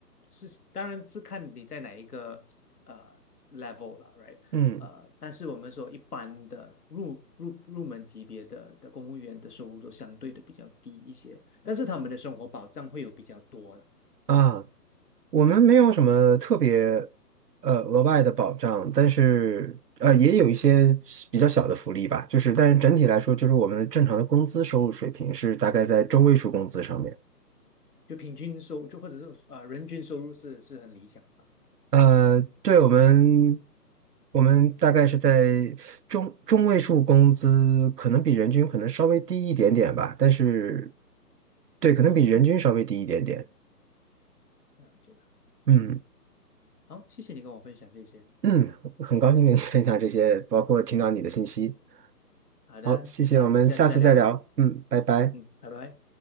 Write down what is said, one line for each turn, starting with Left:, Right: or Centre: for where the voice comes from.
Left: 是，当然是看你在哪一个呃 level 了，right？
Right: <laughs> 嗯。
Left: 呃，但是我们说一般的入入入门级别的的公务员的收入都相对的比较低一些，但是他们的生活保障会有比较多了。
Right: 啊，我们没有什么特别呃额外的保障，但是呃也有一些比较小的福利吧，就是但是整体来说，就是我们正常的工资收入水平是大概在中位数工资上面。
Left: 就平均收就或者是啊、呃人均收入是是很理想的吧？
Right: 呃，对我们，我们大概是在中中位数工资，可能比人均可能稍微低一点点吧，但是对，可能比人均稍微低一点点。
Left: 啊、哦了解了解。
Right: 嗯
Left: 好，谢谢你跟我分享这些。
Right: 嗯，很高兴跟你分享这些，包括听到你的信息。
Left: 好的，
Right: 好，谢谢，
Left: 那我们下次再聊。
Right: 我们下次再聊。嗯，拜拜。
Left: 嗯，拜拜。